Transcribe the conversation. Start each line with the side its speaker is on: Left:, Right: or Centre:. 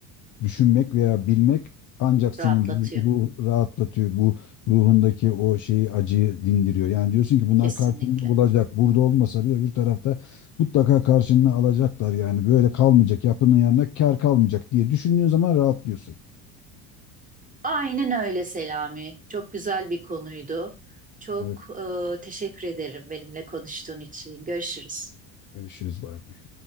Left: düşünmek veya bilmek ancak senin
Right: Rahatlatıyor
Left: ruh rahatlatıyor. Bu ruhundaki o şeyi acıyı dindiriyor. Yani diyorsun ki bunlar
Right: kesinlikle.
Left: karşılığını bulacak. Burada olmasa bile öbür tarafta mutlaka karşılığını alacaklar yani. Böyle kalmayacak. Yapının yanına kar kalmayacak diye düşündüğün zaman rahatlıyorsun.
Right: Aynen öyle Selami. Çok güzel bir konuydu. Çok
Left: Evet,
Right: e, teşekkür ederim benimle konuştuğun için. Görüşürüz.
Left: görüşürüz. Bay bay.